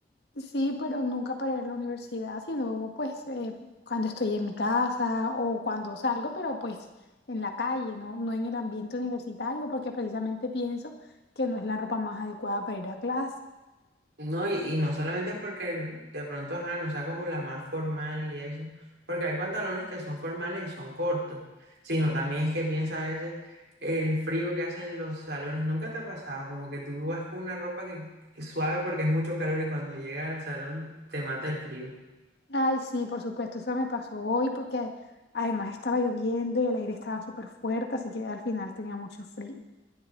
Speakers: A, on the left (about 60°); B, on the right (about 65°).
A: Sí, pero nunca para ir a la universidad, sino pues eh, cuando estoy en mi casa o cuando salgo, pero pues en la calle, ¿no? No en el ambiente universitario, porque precisamente pienso que no es la ropa más adecuada para ir a clase.
B: No, y, y no solamente es porque de pronto, ajá, no sea como la más formal y eso, porque hay pantalones que son formales y son cortos, sino también es que piensa a veces el frío que hacen los salones. ¿Nunca te ha pasado? Como que tú vas con una ropa que, que es suave porque es mucho calor y cuando llega al salón te mata el frío.
A: Ay, sí, por supuesto, eso me pasó hoy porque además estaba lloviendo y el aire estaba súper fuerte, así que al final tenía mucho frío.